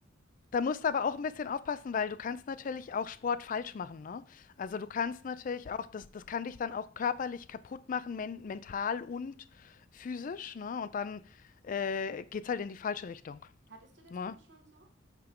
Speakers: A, on the left; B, on the right.
A: Da musst du aber auch ein bisschen aufpassen, weil du kannst natürlich auch Sport falsch machen, ne? Also, du
B: Mhm.
A: kannst natürlich auch das das kann dich dann auch körperlich kaputt machen, men mental und physisch, ne? Und dann, äh, geht's halt in die falsche Richtung,
B: Hattest du das
A: ne?
B: dann schon so?